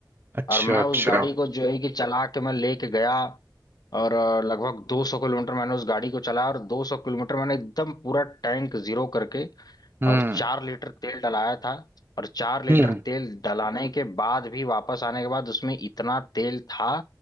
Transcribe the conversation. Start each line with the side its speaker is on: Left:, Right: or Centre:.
Right: अच्छा
Left: और मैं
Right: अच्छा
Left: उस गाड़ी को जो है कि चला के मैं लेके गया और अ, लगभग 200 किलोमीटर मैंने उस गाड़ी को चलाया और 200 किलोमीटर मैंने एकदम पूरा टैंक जीरो करके
Right: हम्म
Left: और चार लीटर तेल डलाया था और चार लीटर
Right: हम्म
Left: तेल डलाने के बाद भी वापस आने के बाद उसमें इतना तेल था